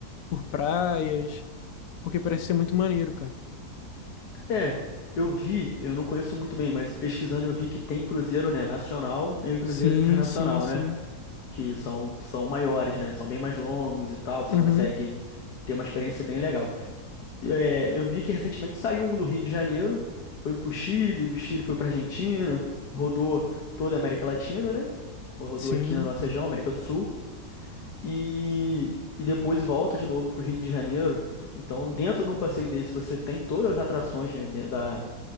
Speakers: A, on the left; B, on the left.
A: por praias, porque parece ser muito maneiro, cara.
B: É, eu vi, eu não conheço muito bem, mas pesquisando eu vi que tem cruzeiro, né, nacional e cruzeiro
A: Sim,
B: internacional,
A: sim, sim.
B: né, que são, são maiores, né, são bem mais longos e tal, você
A: Uhum,
B: consegue ter uma experiência bem legal. E, é, eu vi que recentemente saiu um do Rio de Janeiro, foi pro Chile, do Chile foi pra Argentina, rodou toda a América Latina, né, rodou
A: sim.
B: aqui na nossa região, América do Sul, e, e depois volta de novo pro Rio de Janeiro. Então, dentro de um passeio desse, você tem todas as atrações, né, de- da,